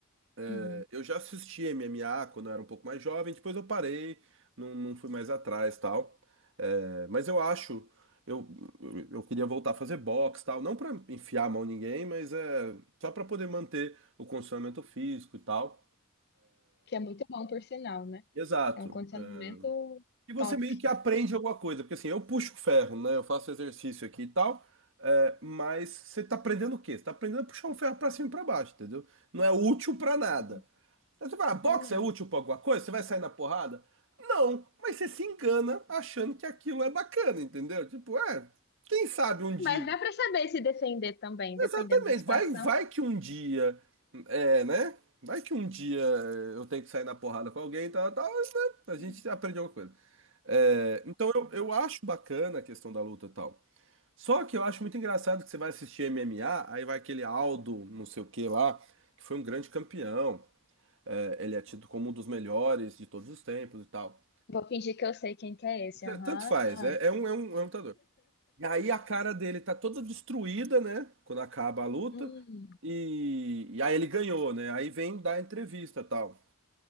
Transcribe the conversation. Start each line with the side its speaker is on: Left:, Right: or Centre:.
Left: Uhum.
Right: É, Eu já assisti MMA quando eu era um pouco mais jovem, depois eu parei, não, não fui mais atrás, tal, É, mas eu acho, eu, eu eu queria voltar a fazer boxe, tal, não pra enfiar a mão em ninguém, mas é só pra poder manter o condicionamento físico e tal.
Left: Que é muito bom, por sinal, né?
Right: Exato.
Left: É um condicionamento
Right: é, E você
Left: top,
Right: meio que aprende alguma coisa, porque assim, eu puxo ferro, né? Eu faço exercício aqui e tal, é, mas você tá aprendendo o quê? Você tá aprendendo a puxar um ferro pra cima e pra baixo, entendeu? Não é útil pra nada.
Left: Uhum.
Right: Aí você fala, ah, boxe
Left: realmente.
Right: é útil pra alguma coisa? Você vai sair na porrada? Não, mas você se engana achando que aquilo é bacana, entendeu? Tipo, é, quem sabe um dia.
Left: Mas dá pra saber se defender também,
Right: Exatamente.
Left: dependendo da situação.
Right: Vai, vai que um dia, é, né? Vai que um dia eu tenho que sair na porrada com alguém, tal, tal, mas, né? A gente
Left: Uhum.
Right: aprende alguma coisa. É, então eu, eu acho bacana a questão da luta e tal. Só que eu acho muito engraçado que você vai assistir MMA, aí vai aquele Aldo, não sei o que lá, que foi um grande campeão. É, ele é tido como um dos melhores de todos os tempos e tal.
Left: Vou fingir que eu sei quem que é esse, aham.
Right: É, Tanto faz,
Left: ah.
Right: é, é um, é um, é um lutador. E aí a cara dele tá toda destruída, né? Quando acaba a luta.
Left: Hum.
Right: E, e aí ele ganhou, né? Aí vem dar a entrevista e tal.